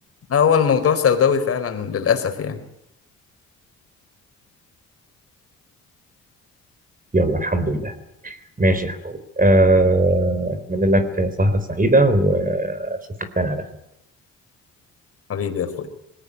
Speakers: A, on the left; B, on the right.
A: هو الموضوع سوداوي فعلا للأسف يعني
B: <laughs> يلا الحمد لله ماشي يا حبيبي آه، اتمنى لك سهره سعيده واشوفك تاني على
A: حبيبي يا اخويا